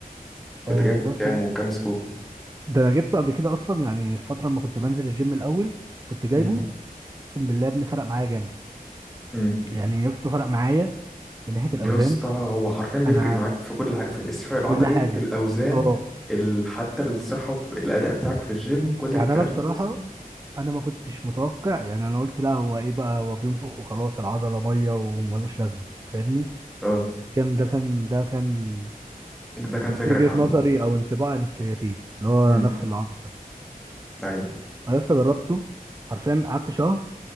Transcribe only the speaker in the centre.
كنت
جايبه
كام
وكام سكوب
امم
امم
يا اسطى هو حرفيا بيفرق
معاك في كل حاجه في الاستشفاء العضلي
الاوزان
ال... حتى الصحه الاداء بتاعك في الجيم كل
الكلام
ده لسه
اه
ده كان فكرك
عنه
امم
ايوه